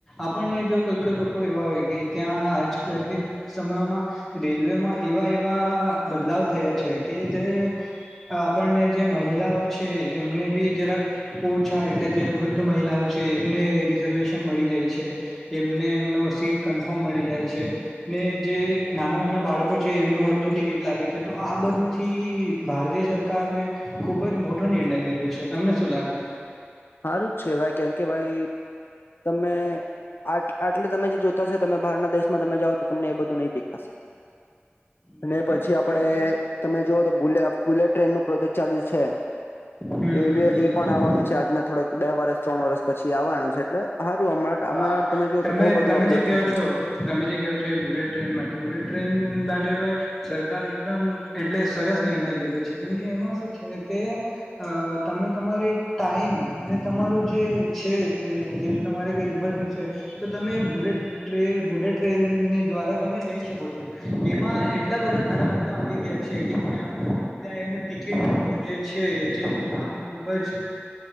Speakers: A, in the centre; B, on the left (about 60°).
A: આપણને જો કોઈ કોઈ લો કોઈ એવા હોય કે ત્યાં આજકલની સમયોમાં રેલવેમાં એવા-એવા બદલાવ આવુ થયો છે કે તે આપણને જે મહિલાઓ છે એમને ભી જરાક ઓછા એટલે જે વૃદ્ધ મહિલાઓ છે એમને રિઝર્વેશન મળી જાય છે એમને નો સીટ કન્ફર્મ મળી જાય છે. ને જે નાના-નાના બાળકો છે એમનું અડધું ટિકિટ લાગે છે. છે. આ બધુંથી ભારતીય સરકારને ખુબ જ મોટો નિર્ણય લીધો છે. તમને શું? શું લાગે?
B: હારું જ કહેવાય કેમ કે ભાઈ તમે આટ આટલે તમે જે જોતા હશે તમે બહારના દેશમાં તમે જાઓ તો તમને એ બધું નહીં દેખાશે.
A: નહી
B: અને
A: નહી
B: પછી આપડે
A: કેમ કે
B: તમે જોવોતો બુલે બુલેટ ટ્રેનનો પ્રોજેક્ટ ચાલુ છે.
A: હમ
B: એ એ પણ આવવાનું છે આજના થોડાક બે વર્ષ ત્રણ વર્ષ પછી આવવાનું છે એટલે સારું હમણાં
A: હા
B: હમણાં જો
A: તમે
B: તો બહુ બધું
A: તમે
B: અપગ્રેડ
A: જે કેહો
B: થતું
A: છો તમે જે કેહો છો બુલેટ ટ્રેન માટે બુલેટ ટ્રેન માટે સરકારે એકદમ એટલે સરસ નિર્ણય લીધો છે કેમ કે એમાં શું છે કે અ તમે તમારે ટાઈમ ને તમારો જે છે જેમ તમારે કંઈ ઇમરજન્સી હોય તો તમે બુલેટ ટ્રેન ટ્રેનની દ્વારા તમે જઈ શકો છો. એમાં એટલા બધા ઘણા બધા આવી ગયા છે કે ત્યાં ત્યાં એમનું ટિકિટનું જે છે. જે દામ ખૂબ જ